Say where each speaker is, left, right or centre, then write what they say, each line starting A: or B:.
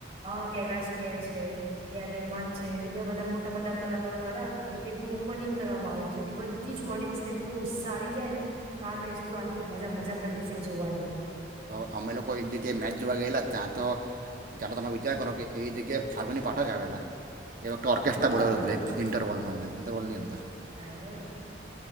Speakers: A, on the right; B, on the right.
A: હ કૈલાશ ખેર છે યા રેમાન છે એ બધા મોટા મોટા કલાકારો દ્વારા ક્રિકેટનું ઓપનિંગ કરવામાં આવે જેથી બધી જ ઓડિયન્સનુ એટલો ઉત્સાહી જે ને આ મેચ તો આજે મજા મજા પડી જશે જોવાની.
B: અમે લોકો એક જગ્યાએ મેચ જોવા ગયેલા ત્યાં તો ત્યારે તમે વિચાર કરો કે એ જગ્યાએ ફાલ્ગુની પાઠક આવેલા. એવો તોર્કેસ્ટ્ર
A: હા
B: બોલાવેલું બ્રેક ઇન્ટરવલમાને ઇન્ટરવલની અંદર
A: બરાબર.